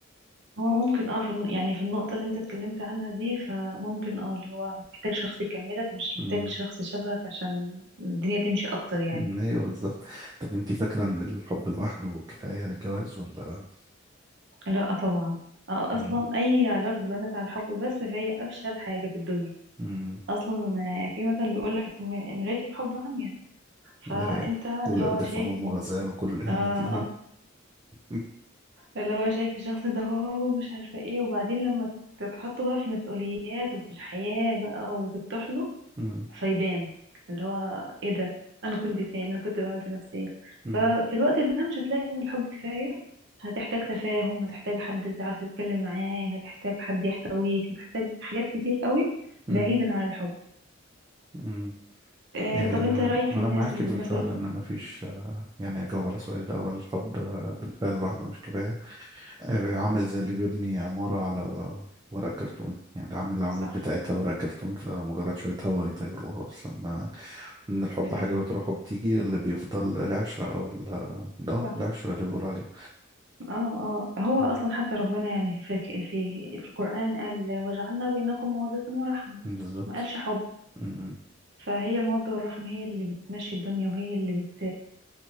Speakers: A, on the right; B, on the right.
A: هو ممكن اه في الن- يعني في النقطة اللي انت اتكلمت عنها دي فممكن اه اللي هو محتاج شخص يكملك مش محتاج
B: أمم،
A: شخص شبهك عشان الدنيا تمشي اكتر يعني
B: أمم، ايوه بالظبط طب انتي فاكرة ان الحب لوحده كفاية للجواز ولا
A: لا طبعا آه اصلا
B: أمم،
A: اي علاقة بنت على الحب بس فهي افشل حاجة في الدنيا
B: أمم،
A: اصلا آه، في مثل بيقولك م- مراية الحب عمياء
B: دي
A: فانت
B: هي
A: اللي
B: والقرد
A: هو شايف
B: في عين أمه
A: ان
B: غزال وكل الإهانة
A: اه
B: دي
A: آه،
B: <laughs>
A: اللي هو شايف الشخص ده هو هو مش عارفة ايه وبعدين لما تتحطوا بقى في المسؤوليات وفي الحياة بقى وتطحنوا
B: أمم،
A: فيبان اللي هو ايه ده انا كنت فين انا كنت بعمل في نفسي ايه
B: أمم،
A: ففي الوقت ده مش هتلاقي ان الحب كفاية هتحتاج تفاهم هتحتاج حد تعرف تتكلم معاه هتحتاج حد يحتويك هتحتاج حاجات كتير قوي
B: أمم،
A: بعيدا عن الحب
B: أمم.
A: آه
B: إيه،
A: طب انت رأيك في
B: أنا
A: الناس
B: معاكي
A: اللي
B: بالفعل
A: مثلا
B: إن مفيش يعني أجاوب على السؤال ده أول الحب بالفعل لوحده مش كفاية آه، عامل زي اللي بيبني عمارة على ورق كرتون يعني عامل العواميد
A: صح
B: بتاعتها ورق كرتون فمجرد شوية هوا يطيروها أصلا ما- من الحب
A: فعلا
B: حاجة بتروح وبتيجي اللي بيفضل العشرة أو ال اه
A: صح
B: العشرة اللي بيقولوا عليها
A: اه اه هو
B: مم.
A: اصلا حتى ربنا يعني في في في القرآن قال وجعلنا بينكم مودة ورحمة
B: بالظبط
A: ما قالش حب
B: مم.
A: فهي المودة والرحمة هي اللي بتمشي الدنيا وهي اللي بت